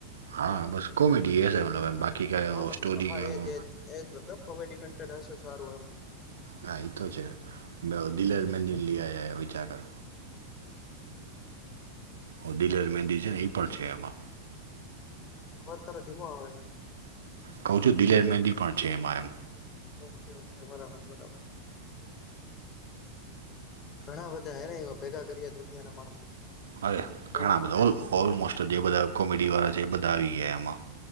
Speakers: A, on the right; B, on the left.
A: હા બસ કોમેડી એ છે મતલબ એમ બાકી કાઈ
B: હા મતલબ
A: સ્ટોરી
B: હા
A: કે
B: એજ
A: હો
B: એજ એજ મતલબ કોમેડી કન્ટેન્ટ હશે સારું એમ
A: હા ઈતો છે <unintelligible>
B: હમ
A: વિચા કર ઓ દિલેર મેંદી છે ને ઈ પણ છે એમાં
B: અવાજ તારો ધીમો આવૅ
A: કહું છું દિલેર મહેંદી પણ છે એમાં એમ
B: ઓકે ઓકે બરાબર બરાબર ઘણા બધા હેને એમાં ભેગા કરીએ દુનિયા ના માણસો
A: અરે
B: કેરેક્ટર
A: ઘણા બધા ઓ ઓલમોસ્ટ જે બધા કોમેડી વાળા છે બધા આવી ગયા એમાં